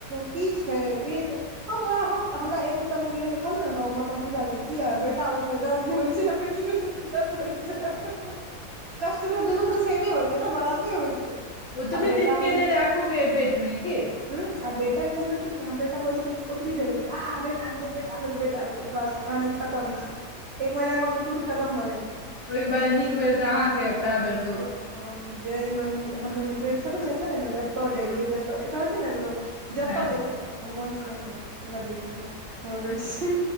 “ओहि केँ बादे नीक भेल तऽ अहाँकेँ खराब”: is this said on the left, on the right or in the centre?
Left